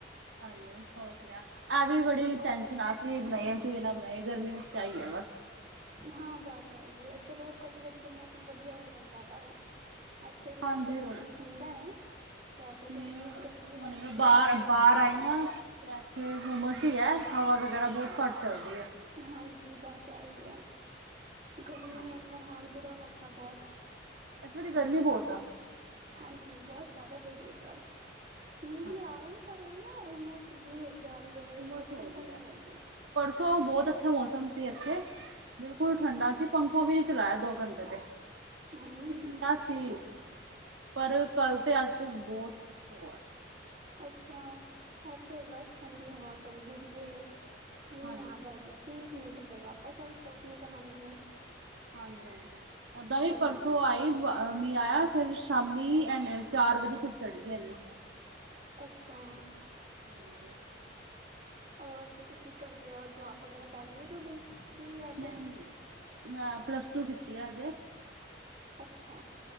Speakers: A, on the right; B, on the right.
A: ਹਾਂਜੀ, ਸੋਚ ਲਿਆ ਐ ਵੀ ਬੜੀ ਟੈਸ਼ਨ
B: ਉਹ
A: ਆ। ਕੀ ਬਣਾਈਏ ਕੀ ਨਾ, ਬਣਾਈਏ ਗਰਮੀਆਂ ਵਿੱਚ ਤਾਂ ਆਈ ਆ ਬਸ।
B: ਹਾਂ, ਬਸ ਐ ਹੀ ਹੈ, ਚਲੋ ਕਦੀ- ਕਦੀ ਤਾਂ ਮੌਸਮ ਵਧੀਆ ਹੋ ਜਾਂਦਾ ਹੈ ਪਰ ਇੱਥੇ ਵੀ
A: ਹਾਂਜੀ
B: ਅੱਜ ਤੇ ਮੌਸਮ ਠੰਡਾ ਐ। ਵੈਸੇ
A: ਨਹੀਂ
B: ਤਾਂ ਇੰਨੀ ਗਰਮੀ
A: ਹੁਣ
B: ਰਹਿੰਦੀ
A: ਮੈਂ ਬਾਹਰ
B: ਹੈ, ਬਹੁਤ
A: ਬਾਹਰ
B: ਜ਼ਿਆਦਾ।
A: ਆਈ ਹਾਂ ਤੇ ਇੱਥੇ ਹੋਮਸ ਹੀ ਹੈ, ਹਵਾ ਵਗੈਰਾ ਬਹੁਤ ਘੱਟ ਚੱਲਦੀ ਹੈ।
B: ਹਾਂਜੀ ਬਸ ਇਹੀ ਹੈ, ਗਰਮੀ
A: ਹਾਂਜੀ
B: ਨੇ ਇਸ ਵਾਰ ਹਾਲ ਬੁਰਾ ਕਰਤਾ ਬਹੁਤ।
A: ਇਸ ਵਾਰੀ ਗਰਮੀ ਬਹੁਤ ਆ।
B: ਹਾਂਜੀ, ਬਹੁਤ ਜ਼ਿਆਦਾ ਪਈ ਹੈ ਇਸ ਵਾਰ, ਮੀਂਹ ਵੀ
A: ਹਾਂਜੀ
B: ਆ ਰਹੇ ਨੇ, ਪਰ ਉਈ ਨਾ ਹੋਮਸ ਜੀ ਹੋਈ ਜਾ ਰਹੀ ਹੈ,
A: ਉਮਸ
B: ਮਤਲਬ
A: ਹੋ
B: ਠੰਡਕ ਨਹੀਂ
A: ਹੈ
B: ਮਿਲ ਰਹੀ।
A: ਪਰਸੋਂ ਬਹੁਤ ਅੱਛਾ ਮੌਸਮ ਸੀ, ਇੱਥੇ ਬਿਲਕੁਲ
B: ਅੱਛਾ
A: ਠੰਡਾ ਸੀ ਪੰਖਾ ਵੀ ਨਹੀਂ ਚਲਾਇਆ ਦੋ ਘੰਟੇ ਤੇ, ਕਿਉਂਕਿ
B: ਹੂੰ
A: ਠੰਡਾ ਸੀ ਪਰ ਕੱਲ ਤੇ ਅੱਜ ਤੇ ਬਹੁਤ ਉਹ ਆ।
B: ਅੱਛਾ, ਇਥੇ ਬਸ ਠੰਡੀ ਹਵਾ ਚੱਲਦੀ ਪਈ ਐ। ਮੀਂਹ
A: ਹਾਂਜੀ
B: ਆ ਜਾਏ ਤੇ ਠੀਕ, ਨੀ ਤੇ ਫੇਰ ਵਾਪਸ ਆਈ ਧੁੱਪ ਨਿਕਲ ਆਉਂਦੀ ਐ।
A: ਹਾਂਜੀ-ਹਾਂਜੀ ਓਦਾਂ ਵੀ
B: ਹੂੰ
A: ਪਰਸੋਂ ਆਈ, ਮੀਂਹ ਆਇਆ ਫਿਰ ਸ਼ਾਮੀ, ਐਵੇਂ ਚਾਰ ਵਜੇ ਧੁੱਪ ਚੜ੍ਹ ਗਈ ਐਨੀ।
B: ਅੱਛਾ,
A: ਹਾਂਜੀ
B: ਹੋਰ ਤੁਸੀਂ ਕੀ ਕਰਦੇ ਹੋ, ਜੋਬ ਵਗੈਰਾ ਚੱਲ ਰਹੀ ਹੈ ਤੁਹਾਡੀ? ਕੀ ਵੈਸੇ
A: ਨਹੀਂ-ਨਹੀਂ
B: ਹੀ
A: ਮੈਂ ਪਲੱਸ ਟੂ ਕੀਤੀ ਆ ਹਜੇ।
B: ਅੱਛਾ,